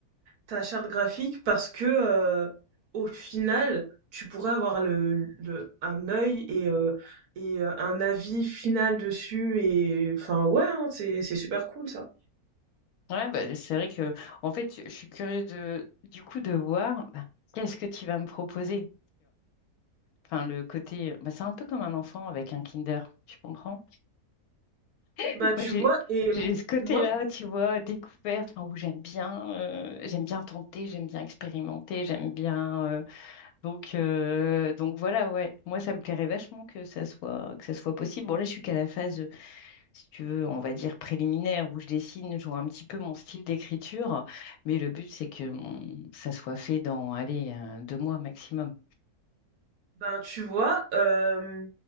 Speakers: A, on the right; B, on the left.
A: ta charte graphique, parce que euh, au final, tu pourrais avoir le, le- un œil et euh, et euh, un avis final dessus et enfin ouais, hein, c'est c'est super cool ça.
B: Ouais, bah, c'est vrai que, en fait, je suis curieuse de, du coup, de voir bah, qu'est-ce que tu vas me proposer, Enfin, le côté, bah, c'est un peu comme un enfant avec un Kinder, tu comprends? <laughs>
A: Bah tu
B: Moi, j'ai
A: vois et
B: j'ai ce côté-là,
A: moi
B: tu vois, découverte, enfin, où j'aime bien, euh, j'aime bien tenter, j'aime bien expérimenter, j'aime bien. euh, donc, euh, donc voilà, ouais. Moi, ça me plairait vachement que ça soit que ça soit possible. Bon, là, je suis qu'à la phase, euh, si tu veux, on va dire préliminaire, où je dessine, je vois un petit peu mon style d'écriture, mais le but, c'est que mon- ça soit fait dans, allez, euh, deux mois maximum.
A: Ben, tu vois, euh,